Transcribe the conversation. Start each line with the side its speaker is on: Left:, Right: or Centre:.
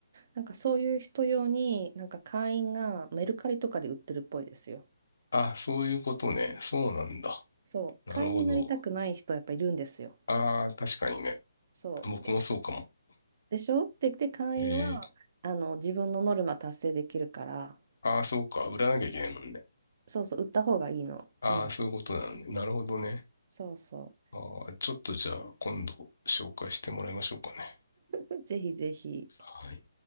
Right: なんかそういう人用に、なんか会員がメルカリとかで売ってるっぽいですよ。
Left: あ、そういうことね。そうなんだ。
Right: そう、
Left: なるほど。
Right: 会員になりたくない人やっぱいるんですよ。
Left: ああ、確かにね。
Right: そう。
Left: 僕もそうかも。
Right: でしょで、で、会員はあの自分のノルマ達成できるから、
Left: ええああ、そうか。売らなきゃいけないもんね。
Right: そうそう、売った方がいいの。
Left: ああ、
Right: うん。
Left: そういうことなんだ。なるほどね。
Right: そうそ
Left: ああ、ちょっとじゃあ今度紹介してもらいましょうかね。
Right: う。<laughs> ぜひぜひ。
Left: はい。